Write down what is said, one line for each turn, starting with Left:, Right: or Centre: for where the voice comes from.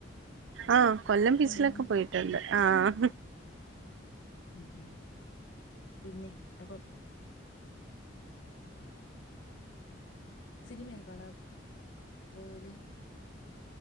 Right: ആഹ് കൊല്ലം ബീച്ചിലൊക്കെ
Left: പിന്നെ
Right: പോയിട്ടുണ്ട് ആഹ്.
Left: ഉം പിന്നെ അപ്പം. സിനിമയെക്കെ കാണാൻ പോവൂലെ?